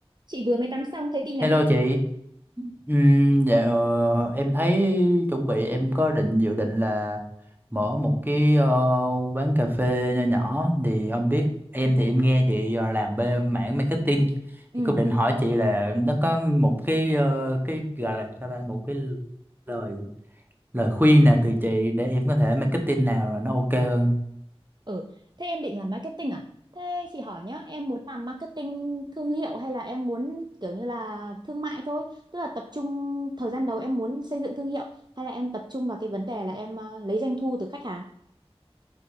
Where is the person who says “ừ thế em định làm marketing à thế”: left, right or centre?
Right